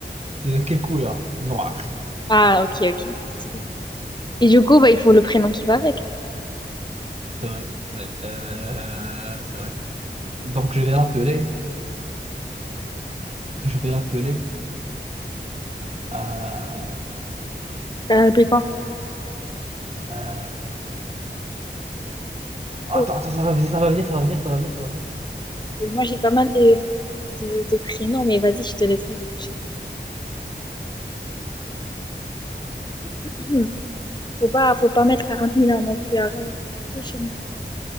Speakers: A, on the right; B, on the left.
A: Ils ont quelle couleur? Noir,
B: Ah, ok, ok. Stylé. Et du coup, bah, il faut le prénom qui va avec.
A: c'est vrai. Euh, c'est vrai. Donc je vais l'appeler, je vais l'appeler. euh,
B: Euh, mais quoi?
A: euh, attends,
B: Oh,
A: attends, ça va, venir, ça va venir, ça va venir, ça va venir, ça va venir.
B: Moi, j'ai pas mal de, de, de prénoms, mais vas-y, je te laisse réfléchir. <clears throat> Hmm. Faut pas, faut pas mettre quarante mille ans non plus à euh, réfléchir.